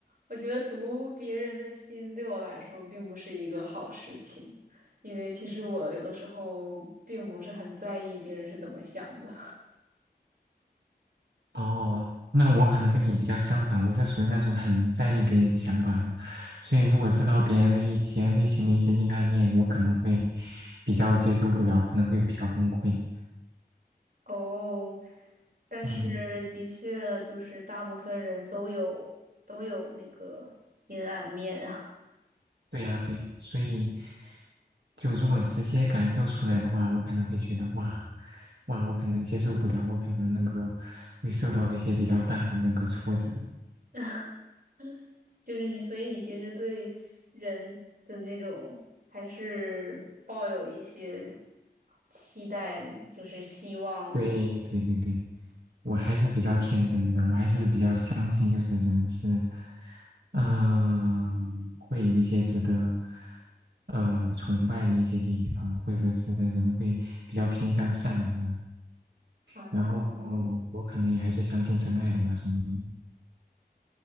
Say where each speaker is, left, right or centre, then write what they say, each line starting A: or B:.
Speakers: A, on the right (about 60°); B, on the right (about 80°).
A: 我觉得读别人的心对我来说并不是一个好事情，因为其实我有的时候并不是很在意别人是怎么想的。
B: 哦，那我可能跟你比较相反，我是属于那种很在意别人想法的，所以如果知道别人的一些内心的一些阴暗面，我可能会比较接受不了，可能会比较崩溃。
A: <laughs> 哦，但是的确就是大部分人都有都有那个阴暗面啊。
B: 嗯。对呀，对呀，所以就如果直接感受出来的话，我可能会觉得哇，哇，我可能接受不了，我可能那个会受到一些比较大的那个挫折。
A: <laughs> 就是你，所以你其实对人的那种还是抱有一些期待，就是希望。
B: 对，对，对，对，我还是比较天真的，我还是比较相信，就是人是，嗯、会有一些值得，呃，崇拜的一些地方，或者是人会比较偏向善良的。
A: 啊，<laughs>
B: 然后我可能也还是相信真爱的那种人。